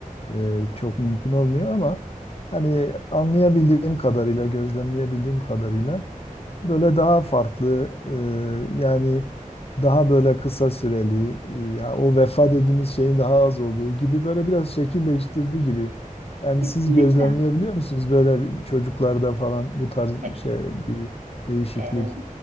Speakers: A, on the left; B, on the right.
A: e, çok mümkün olmuyor ama hani anlayabildiğim kadarıyla, gözlemleyebildiğim kadarıyla böyle daha farklı e, yani daha böyle kısa süreli e, ya o vefa dediğimiz şeyin daha az olduğu gibi böyle biraz şekil değiştirdiği gibi yani
B: Kesinlikle.
A: siz gözlemleyebiliyor musunuz böyle bir- çocuklarda falan bu tarz
B: E,
A: şey bir değişiklik?
B: Ee,